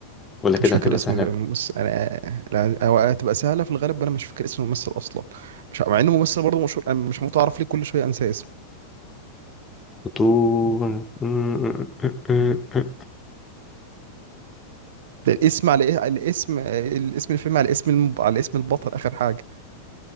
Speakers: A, on the left (about 15°); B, on the right (about 60°).
A: ولا كده
B: مش فاكر
A: هتبقى
B: اسم
A: سهلة
B: الممثل أنا لا، هو هتبقى سهلة في الغالب أنا مش فاكر اسم الممثل أصلا مش مع إنه ممثل برضه مشهور أنا مش متعرف ليه كل شوية أنسى اسمه
A: بطولة فيلم
B: ده الاسم على الاسم الاسم الفيلم على اسم الم... على اسم البطل اخر حاجه